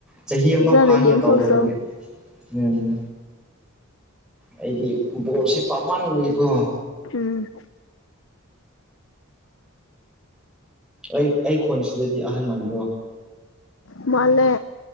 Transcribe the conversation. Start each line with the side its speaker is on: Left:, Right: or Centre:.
Centre: ꯆꯍꯤ ꯑꯃ
Left: ꯐꯖꯅ
Centre: ꯐꯥꯍꯟꯒꯦ
Left: ꯌꯦꯡꯊꯣꯛꯆꯧ
Centre: ꯇꯧꯕ ꯑꯗꯨꯒꯤ ꯎꯝꯝ ꯑꯩꯗꯤ ꯕꯣꯜꯁꯤ ꯄꯥꯝꯃꯟꯕꯒꯤꯀꯣ
Left: ꯎꯝ
Centre: ꯑꯩ ꯑꯩ ꯈꯣꯟꯁꯤꯗꯗꯤ ꯑꯍꯟ ꯃꯟꯥꯕ꯭ꯔꯣ
Left: ꯃꯥꯂꯦ